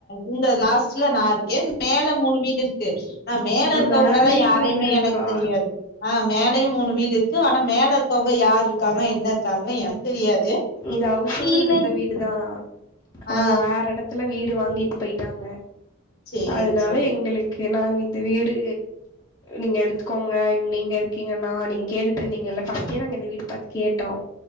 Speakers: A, on the left; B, on the left.
A: இந்த லாஸ்ட்ல நா இருக்கே மேல மூணு வீடு இருக்கு ஆ மேல இருக்கவங்களல்லா
B: மேலேயும்
A: யாரையுமே
B: மூணு வீடு இருக்கா
A: எனக்கு தெரியாது ஆ மேலயு மூணு வீடு இருக்கு ஆனா மேல இருக்கவங்க யாரு இருக்காங்க என்ன இருக்காங்கன்னு எனக்கு தெரியாது
B: இது அவுஸ்சோனர்
A: கீழே
B: இருந்த வீடு தா அவங்க
A: ஆ
B: வேற இடத்துல வீடு வாங்கிட்டு போய்ட்டாங்க
A: சேரி
B: அதுனால
A: சேரி
B: எங்குளுக் கு நாங்க இந்த வீடு நீங்க எடுத்துக்கோங்க நீங்க இருக்கீங்கன்னா நீங்க கேட்டுட் இருந்தீங்கல்ல ஃபர்ஸ்ட்டே நாங்க இந்த வீடு பாத்து கேட்டோ